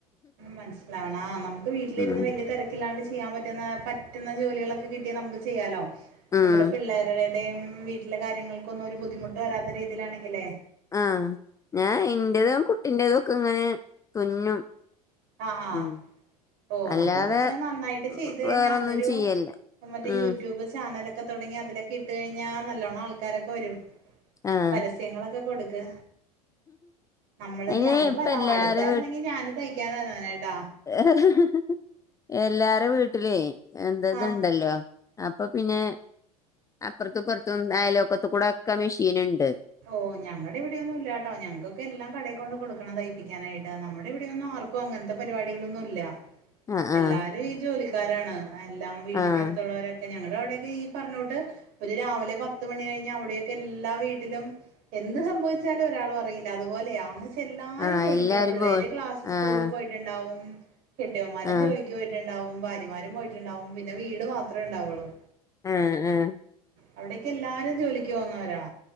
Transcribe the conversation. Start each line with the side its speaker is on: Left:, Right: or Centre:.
Right: മനസ്സിലാവണ ആ നമുക്ക് വീട്ടിലിരിന്ന്
Left: ഉം
Right: വല്യ തെരക്കില്ലാണ്ട് ചെ ചെയ്യാൻ പറ്റുന്ന പറ്റുന്ന ജോലികളൊക്കെ കിട്ടിയ നമുക്ക് ചെയ്യാലോ
Left: ഉം
Right: നമ്മുടെ പിള്ളേരുടെദും വീട്ടി കാര്യങ്ങക്കന്നും ഒരു ബുദ്ധിമുട്ട് വരാത്ത രീതിയിലാണെങ്കിലേ
Left: ആഹ ഞാൻ എൻ്റെതും കുട്ടിൻ്റെതും ഒക്കെ ഇങ്ങനെ തുന്നും.
Right: ആഹാ
Left: ഉം
Right: ഓ
Left: അല്ലാതെ
Right: അത് പക്ഷെ നന്നായിട്ട് ചെയ്തഴിഞ്ഞാ
Left: വേറൊന്നും
Right: അതൊരു
Left: ചെയ്യല്ല
Right: മറ്റേ
Left: ഉം
Right: യൂട്യൂബ് ചാനലൊക്കെ. ക്കെ തൊടങ്ങി അതിലൊക്കെട്ട് കഴിഞ്ഞാ നല്ലോണം ആൾക്കാരൊക്കെ വരും...
Left: ആഹ്
Right: പരസ്യങ്ങളൊ ക്കെ കൊട്ക്ക്. നമ്മള്
Left: അയിന്
Right: ഞാന്
Left: ഇപ്പ
Right: വരാ
Left: എല്ലാരെ
Right: അടുത്തായിരുന്നെങ്കിൽ ഞാനും <unintelligible> <unintelligible> ട്ടാ
Left: <unintelligible> എല്ലാര വീട്ടിലേ എന്തത്ണ്ടല്ലോ
Right: ആ
Left: അപ്പപിന്നെ അപ്പുറത്തുപ്പുറത്തും അയലോക്കത്തുക്കൂടക്കെ മെഷീന്ണ്ട്..
Right: ഓ ഞങ്ങടെവിടെയൊന്നും ഇല്ലാട്ടോ. ഞങ്ങ്ക്കൊക്ക എല്ലാം കടയി കൊണ്ട് കൊടുക്കണം തയ്പ്പിക്കാനായിട്ട് നമ്മുടെവിടെയൊന്നും ആർക്കും.. ക്കുവങ്ങനത്തെ പരിപാടികളൊന്നുല്ല..
Left: ആഹ് ആഹ്
Right: എല്ലാരും ഈ ജോലിക്കാരാണ്. എല്ലാം വീടിനടുത്തുള്ളവരൊക്കെ..
Left: ആഹ്
Right: ക്കെ. ഞങ്ങടവിടെയൊക്കെയീ പറഞ്ഞൂട്ട് ഒരു രാവിലെ പത്ത് മണി കഴിഞാ അവിടെയൊക്കെ എല്ലാ വീട്ടിലും.. എന്ത് സംഭവിച്ചാലു ഒരാളു അറിയില്ല അതുപോലെയാ.. എല്ലാരും
Left: ആഹ്
Right: ജോലിക്കോം.
Left: എല്ലാരും
Right: പിള്ളേര്
Left: പോ
Right: ക്ലാസി സ്കൂളില്
Left: ആഹ്
Right: പോയിട്ടുണ്ടാവും.. കെട്ടിയോന്മാരും
Left: ആഹ്
Right: ജോലിക്ക് പോയിട്ടുണ്ടാവും ഭാര്യമാരും പോയിട്ടുണ്ടാവും പിന്നെ വീട് മാത്രേണ്ടാവുള്ളൂ..
Left: ആഹ് ആഹ്
Right: അവിടെക്കെല്ലാരും ജോലിക്ക് പോന്നവരാ..